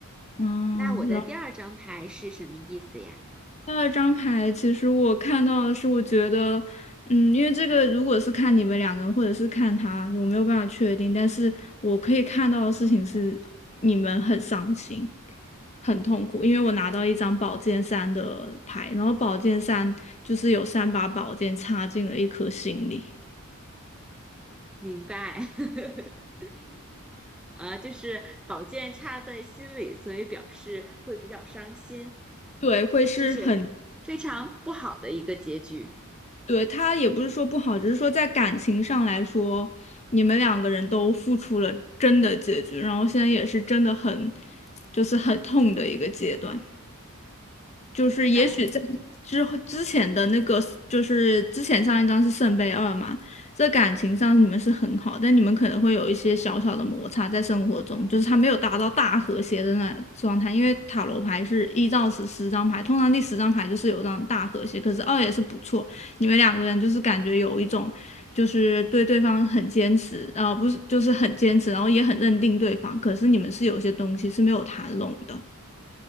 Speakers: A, on the left (about 30°); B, in the centre.
A: 嗯，
B: 那我的第二张牌是什么意思呀？
A: 然第二张牌，其实我看到的是，我觉得，嗯，因为这个如果是看你们两个人，或者是看他，我没有办法确定，但是我可以看到的事情是，你们很伤心，很痛苦，因为我拿到一张宝剑三的牌，然后宝剑三就是有三把宝剑插进了一颗心里，
B: 明白，<laughs> 啊，就是宝剑插在心里，所以表示会比较伤心，
A: 对，会是很
B: 就是非常不好的一个结局。
A: 对，他也不是说不好，只是说在感情上来说，你们两个人都付出了真的结局，然后现在也是真的很，就是很痛的一个阶段。就是也许在之后之前的那个，
B: 明白。
A: 就是之前上一张是圣杯二嘛，在感情上你们是很好，但你们可能会有一些小小的摩擦在生活中，就是他没有达到大和谐的那状态，因为塔罗牌是一到十十张牌，通常第十张牌就是有这种大和谐，可是二也是不错，你们两个人就是感觉有一种。就是对对方很坚持，呃，不是，就是很坚持，然后也很认定对方，可是你们是有些东西是没有谈拢的。